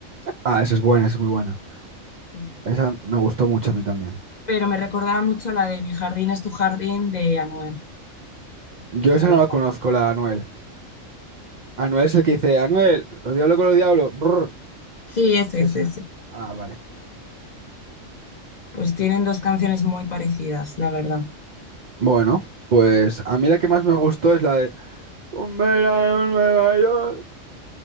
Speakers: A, on the right; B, on the left.
A: Ah, esa es buena, esa es muy buena.
B: Sí.
A: Esa me gustó mucho a mí también.
B: Pero me recordaba mucho la de Mi jardín es tu jardín de Anuel.
A: Yo
B: la
A: esa
B: verdad.
A: no la conozco, la de Anuel. Anuel es el que dice, Anuel, los diablos con los diablos. Brr.
B: Sí, ese,
A: Sí,
B: ese,
A: ese,
B: ese.
A: ¿no? Ah, vale.
B: Pues tienen dos canciones muy parecidas, la verdad.
A: Bueno, pues a mí la que más me gustó es la de Un verano en Nueva York.